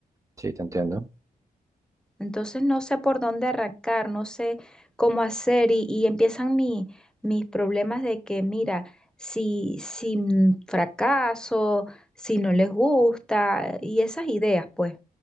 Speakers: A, on the right; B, in the centre.
A: Sí, te entiendo.
B: Entonces no sé por dónde arrancar, no sé cómo hacer y, y empiezan mi- mis problemas de que, mira, si, si mm, fracaso, si no les gusta y esas ideas, pues.